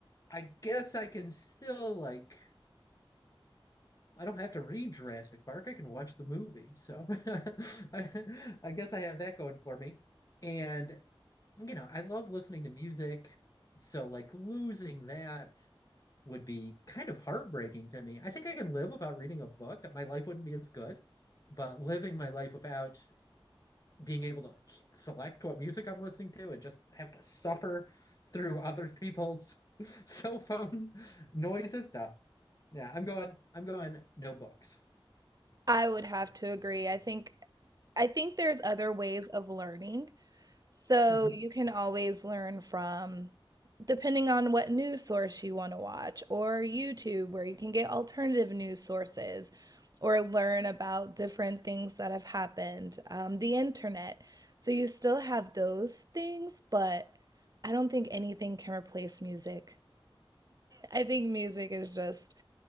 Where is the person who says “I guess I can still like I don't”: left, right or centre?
Left